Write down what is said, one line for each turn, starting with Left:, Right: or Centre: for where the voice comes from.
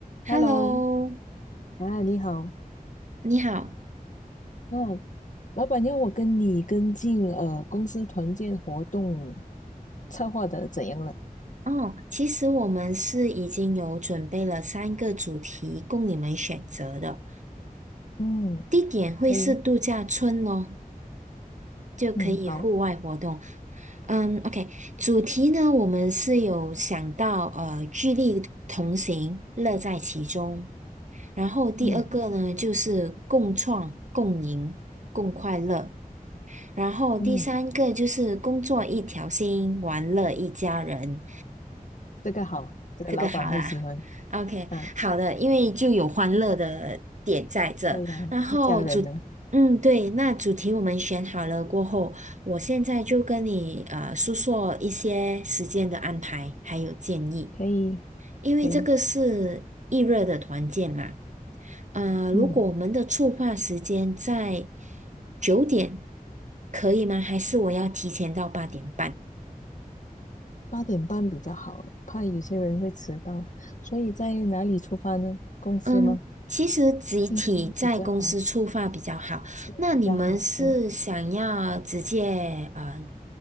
Right: Hello，
Left: Hello，啊，你好，
Right: 你好。
Left: 啊，老板要我跟你跟进呃公司团建活动策划的怎样了？
Right: 哦，其实我们是已经有准备了三个主题供你们选择的，
Left: 嗯，
Right: 地点会是度假村哦，
Left: 可以，
Right: 就可以户外活动。
Left: 嗯，好，
Right: 嗯，OK，主题呢，我们是有想到呃，聚力同行，乐在其中。然后第二个呢，
Left: 嗯
Right: 就是共创、共赢、共快乐。然后第三个就是工作一条心，
Left: 嗯，
Right: 玩乐一家人。
Left: 这个好，这个老板会喜欢
Right: 这个好啦，OK，
Left: 啊，
Right: 好的，因为就有欢乐的点在这，
Left: 对呀，
Right: 然后主，
Left: 一家人呢，
Right: 嗯，对，那主题我们选好了过后，我现在就跟你呃诉说一些时间的安排还有建议，
Left: 可以
Right: 因为这个是易热的团建嘛，
Left: 可以，
Right: 呃，如果我们的触发时间在
Left: 嗯，
Right: 九点，可以吗？还是我要提前到八点半？
Left: 八点半比较好，怕有些人会迟到，所以在哪里出发呢？公司吗？
Right: 嗯，其实集体在公司出发比较好。
Left: 嗯，比较好，是比较好，
Right: 那你们是想要直接呃
Left: 对，